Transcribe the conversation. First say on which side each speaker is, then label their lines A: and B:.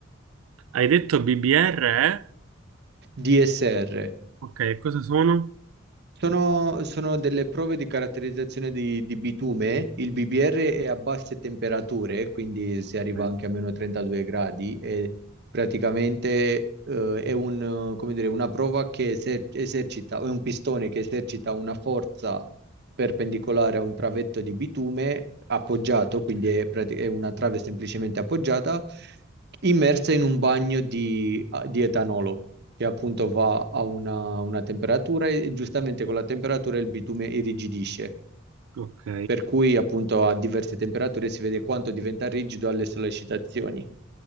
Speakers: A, on the right (about 75°); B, on the right (about 55°).
A: Hai detto BBR, eh?
B: DSR.
A: Ok, cosa sono?
B: Sono, sono delle prove di caratterizzazione di, di bitume. Il BBR è a basse temperature, quindi si arriva
A: Ok.
B: anche a meno 32 gradi e praticamente eh, è un, eh, come dire, una prova che eser- esercita, è un pistone che esercita una forza perpendicolare a un travetto di bitume appoggiato, quindi è prati- è una trave semplicemente appoggiata, immersa in un bagno di di etanolo che appunto va a una, una temperatura e giustamente con la temperatura il bitume irrigidisce,
A: Ok.
B: per cui appunto a diverse temperature si vede quanto diventa rigido alle sollecitazioni.